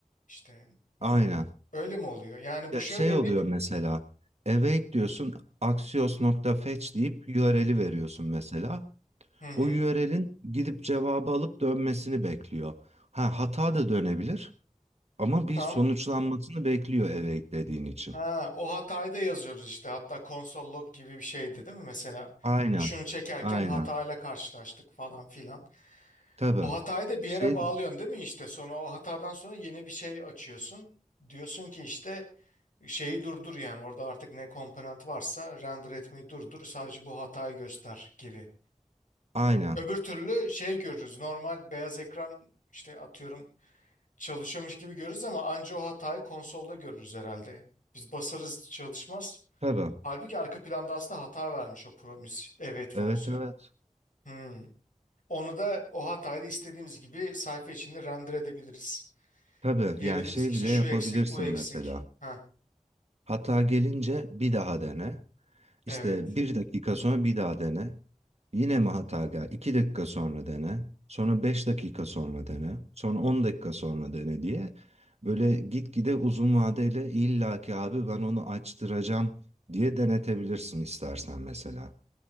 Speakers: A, on the left; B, on the right.
A: İşte ne
B: Aynen.
A: bileyim. Öyle mi oluyor? Yani
B: Ya
A: bu şöyle
B: şey oluyor
A: mi?
B: mesela. Await diyorsun axios.fetch deyip URL'i veriyorsun mesela.
A: Hı hı.
B: O URL'in gidip cevabı alıp dönmesini bekliyor. Ha hata da dönebilir. Ama bir
A: Tam.
B: sonuçlanmasını bekliyor eve eklediğin için.
A: Ha, o hatayı da yazıyoruz işte. Hatta console log gibi bir şeydi değil mi? Mesela
B: Aynen.
A: düşünü çekerken
B: Aynen.
A: hatayla karşılaştık falan filan.
B: Tabii.
A: O hatayı da bir
B: Şey
A: yere bağlıyorsun değil mi işte? Sonra o hatadan sonra yeni bir şey açıyorsun. Diyorsun ki işte şeyi durdur yani orada artık ne komponent varsa render etmeyi durdur sadece bu hatayı göster gibi.
B: aynen.
A: Öbür türlü şey görürüz. Normal beyaz ekran işte atıyorum çalışıyormuş gibi görürüz ama anca o hatayı konsolda görürüz herhalde. Biz basarız çalışmaz.
B: Tabii.
A: Halbuki arka planda aslında hata vermiş o promise await fonksiyonu.
B: Evet evet.
A: Hmm. Onu da o hatayı da istediğimiz gibi sayfa içinde render edebiliriz.
B: Tabii.
A: Diyebiliriz
B: Yani şey
A: ki işte
B: bile
A: şu
B: yapabilirsin
A: eksik, bu eksik.
B: mesela.
A: Ha,
B: Hata gelince bir daha dene.
A: evet.
B: İşte bir dakika sonra bir daha dene. Yine mi hata gel? iki dakika sonra dene. Sonra beş dakika sonra dene. Sonra on dakika sonra dene diye. Böyle gitgide uzun vadeli illaki abi ben onu açtıracağım diye denetebilirsin istersen mesela.